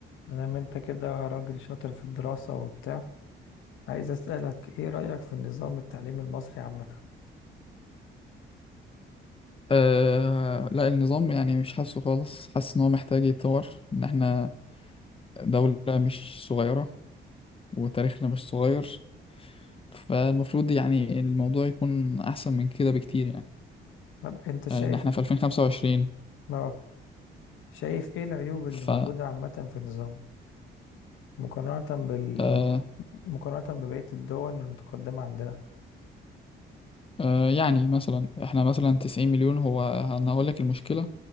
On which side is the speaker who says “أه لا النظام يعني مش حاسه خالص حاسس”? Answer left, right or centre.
Left